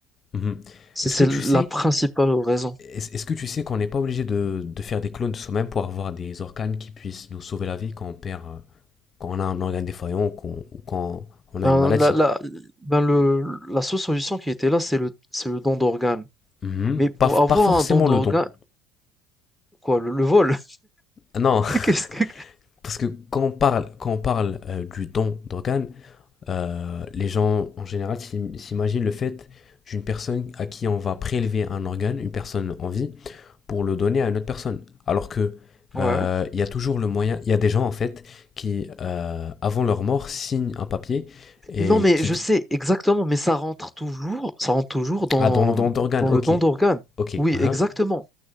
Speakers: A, on the left; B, in the centre.
A: Mhm.
B: C'est
A: Est-ce
B: c'est
A: que tu
B: la
A: sais
B: principale raison.
A: Est-ce est-ce que tu sais qu'on n'est pas obligé de, de faire des clones de soi-même pour avoir des organes qui puissent nous sauver la vie quand on perd, euh, quand on a un organe défaillant ou, qu'on- ou quand on a
B: Ben,
A: une maladie?
B: la, la, ben, le, la seule solution qui était là, c'est le, c'est le don d'organes.
A: Mhm.
B: Mais pour
A: Pas, f-
B: avoir
A: pas forcément
B: un don d'organe,
A: le don.
B: quoi, le, le vol?
A: Ah Non,
B: <laughs> Qu'est-ce que...
A: <laughs> parce que quand on parle, quand on parle euh, du don d'organes, euh, les gens en général s'im- s'imaginent le fait d'une personne à qui on va prélever un organe, une personne en vie, pour le donner à une autre personne. Alors que
B: Ouais.
A: euh, il y a toujours le moyen. Il y a des gens en fait qui, euh, avant leur mort, signent un papier et
B: Non, mais
A: qui
B: je sais exactement, mais ça rentre toujours, ça rentre toujours dans,
A: ah dans le don d'organes.
B: dans
A: Ok,
B: le don d'organes.
A: ok.
B: Oui,
A: hein,
B: exactement.